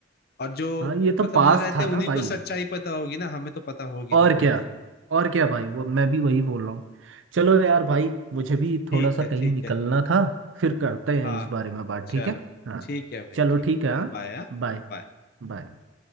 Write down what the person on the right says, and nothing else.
हाँ ये तो
पास
था
ना
भाई
और
क्या
और क्या भाई वो मैं भी वही बोल रहा हूँ चलो यार भाई मुझे भी
थोड़ा सा
कहीं
निकलना
था फिर करते हैं
इस बारे में बात
ठीक है हाँ
चलो
ठीक है
हाँ
बाय
बाय